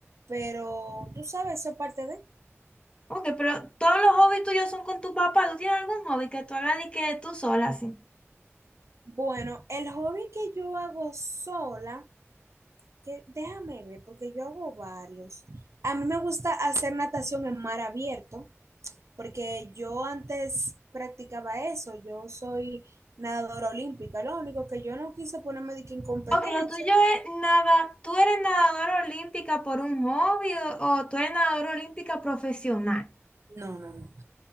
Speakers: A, on the right (about 75°); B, on the left (about 20°).
A: pero tú sabes, eso es parte de...
B: Ok, pero todos los hobbies tuyos son con tu papá. ¿Tú tienes algún hobby que tú hagas y que tú sola, sí?
A: Bueno, el hobby que yo hago sola. que déjame ver, porque yo hago varios. A mí me gusta hacer natación en mar abierto, porque yo antes practicaba eso, yo soy nadadora olímpica, lo único que yo no quise ponerme de que en competencia,
B: Ok, lo tuyo es nada. ¿Tú eres nadadora olímpica por un hobby o, o tú eres nadadora olímpica profesional?
A: no, no, no.